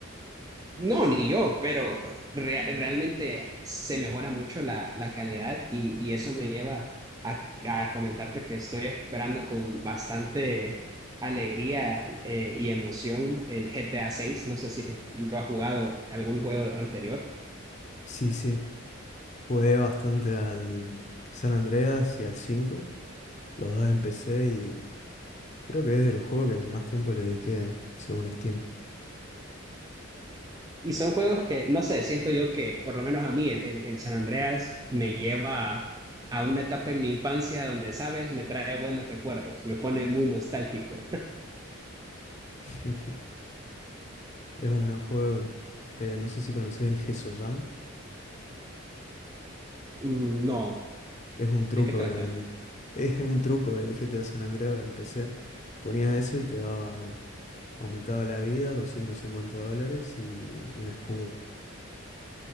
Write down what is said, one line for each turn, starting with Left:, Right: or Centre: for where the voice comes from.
Right: No, ni yo, pero pues, rea- realmente se mejora mucho la, la calidad y, y eso me lleva a, a comentarte que estoy esperando con bastante alegría eh, y emoción el GTA 6. No sé si lo has jugado algún juego anterior.
Left: Sí, sí, jugué bastante al San Andreas y al 5 los dos en PC y creo que es de los juegos que más tiempo le dediqué, según Steam.
Right: Y son juegos que, no sé, siento yo que por lo menos a mí el, el- el San Andreas me lleva a, a una etapa en mi infancia donde, sabes, me trae buenos recuerdos, me pone muy nostálgico.
Left: <laughs> Es un gran juego. Eh, no sé si conoces el Gesso Jam.
Right: Mm, No,
Left: Es un
Right: ¿de
Left: truco
Right: qué trata?
Left: del, es un truco del GTA San Andreas en PC. Ponías eso y te daba Aumentaba la vida, 250 dólares y un escudo.